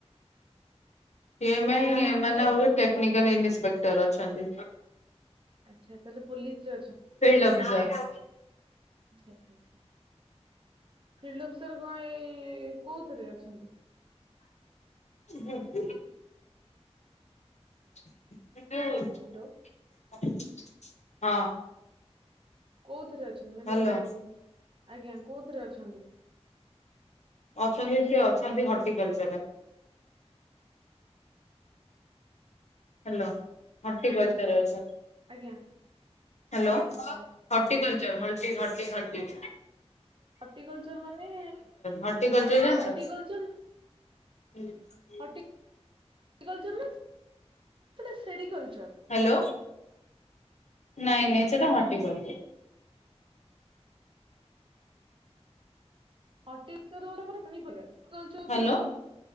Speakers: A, on the left (about 80°); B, on the right (about 50°).
A: ଟି ଆଇ ମାଇ ମାନେ ଟେକନିକାଲ ଇନସପେକ୍ଟର ଅଛନ୍ତି।
B: ଆଚ୍ଛା ତାହେଲେ ପୋଲିସ ରେ ଅଛ
A: ଫିଲ୍ଡ ଅଫିସର
B: ଆଛା ଆଛା ଆଛା। ଫିଲ୍ଡ ଅଫିସର କଣ ଏଇ କୋଉଥିରେ ଅଛନ୍ତି?
A: <unintelligible> <unintelligible>
B: ହାଲୋ।
A: <unintelligible> ହଁ।
B: କୋଉଥିରେ ଅଛନ୍ତି ମାନେ
A: ହ୍ୟାଲୋ
B: ହ୍ନ ଆଜ୍ଞା କୋଉଥିରେ ଅଛନ୍ତି?
A: ଅଛନ୍ତି ସେ ଅଛନ୍ତି ହର୍ଟିକଲଚରରେ। Hello horticulture
B: hello.
A: ରେ ଅଛ
B: ଆଜ୍ଞା
A: ହାଲୋ
B: ଆଚ୍ଛା
A: ହଟିକଲଚର ହଲଟି ହଟି ହଟି।
B: ହଟିକଲଚର ମାନେ
A: ହର୍ଟିକଲଚର
B: ହଟିକଲଚର।
A: ଜାଣିଛ? <unintelligible>
B: ହଟି କଲଚର ନା। ସେଟା ସେରିକଲଚର୍।
A: ହାଲୋ ନାଇଁ ନାଇଁ ସେଟା ହଟିକଲଚର।
B: ହଟିକଲଚର ହଉଚି ତମର ପନିପରିବା <unintelligible>
A: ହ୍ୟାଲୋ